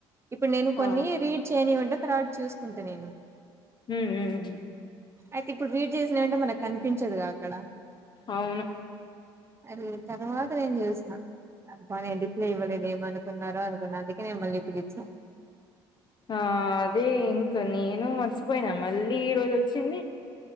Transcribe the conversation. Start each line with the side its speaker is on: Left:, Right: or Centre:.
Right: ఇప్పుడు నేను
Left: ఆ
Right: కొన్ని రీడ్ చేయని ఉంటే తర్వాత చూసుకుంటా నేను
Left: ఉమ్ ఉమ్
Right: అయితే ఇప్పుడు రీడ్ చేసిన అంటే మనకు కనిపించదుగా అక్కడ
Left: అవును
Right: అరి తర్వాత నేను చూసిన అబ్బానే రడిప్లే ఇవ్వలేదు ఏమనుకున్నారో అనుకున్న అందుకే నేను మళ్ళీ ఇప్పుడు ఇచ్చాను
Left: ఆ అదే ఇంకా నేను మర్చిపోయినా మళ్ళీ ఈ రోజు వచ్చింది